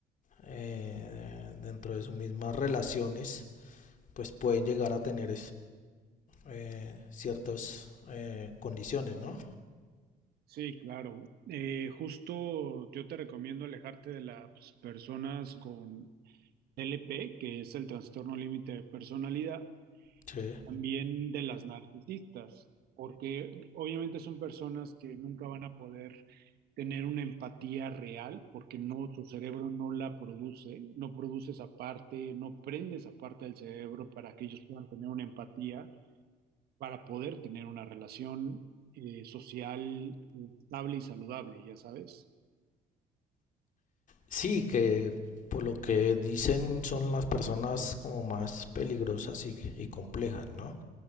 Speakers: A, on the left; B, on the right.
A: eh, dentro de sus mismas relaciones, pues pueden llegar a tener eh, ciertas eh, condiciones, ¿no?
B: Sí, claro. Eh, justo yo te recomiendo alejarte de las personas con TLP, que es el trastorno límite de personalidad,
A: Sí.
B: también de las narcisistas, porque obviamente son personas que nunca van a poder tener una empatía real, porque no, su cerebro no la produce, no produce esa parte, no prende esa parte del cerebro para que ellos puedan tener una empatía, para poder tener una relación eh, social estable y saludable, ya sabes.
A: Sí, que por lo que dicen son las personas como más peligrosas y, y complejas, ¿no?